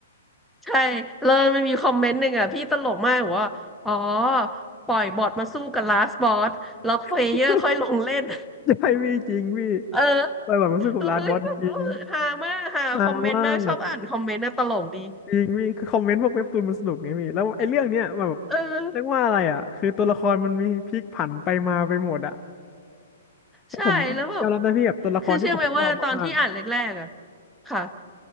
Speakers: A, in the centre; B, on the left.
A: ใช่เลิวมันมีคอมเมนต์หนึ่งอ่ะพี่ตลกมากบอกว่า อ๋อปล่อยบอทมาสู้กับลาสบอสแล้วเพลเยอร์ค่อยลงเล่น
B: <laughs> ใช่พี่จริงพี่
A: <laughs> เออ
B: ปล่อยแบบมันสู้กับลาสบอสจริง
A: คือเฮ้ยแบบว่าฮามากฮาคอมเมนต์มากชอบอ่านคอมเมนต์นะตลกดี
B: ๆฮามากจริงพี่คือคอมเมนต์พวกเว็บตูนมันสนุกไงพี่แล้วไอ้เรื่องเนี้ยแบบ
A: เออ
B: เรียกว่าอะไรอ่ะคือตัวละครมันมีพลิกผันไปมาไปหมดอ่ะแต่ผมยอมรับนะพี่แบบตัวละครที่ผมชอบมากๆอะ
A: ใช่แล้วแบบคือเชื่อไหมว่าตอนที่อ่านแรกๆอ่ะค่ะ